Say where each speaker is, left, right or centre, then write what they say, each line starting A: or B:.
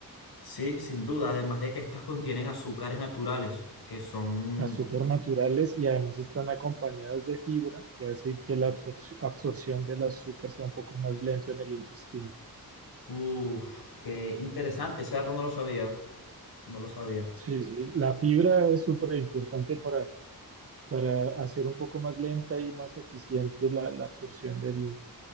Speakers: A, on the left (about 90°); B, on the right (about 40°).
A: Sí, sin duda, además de que estas contienen azúcares naturales, que son...
B: Azúcar naturales y además están acompañadas de fibra que hace que la absorci- absorción del azúcar sea un poco más lento en el intestino.
A: Uf, qué interesante, ese dato no lo sabía, no lo sabía.
B: Sí, sí, la fibra es súper importante para para hacer un poco más lenta y más eficiente la, la absorción del,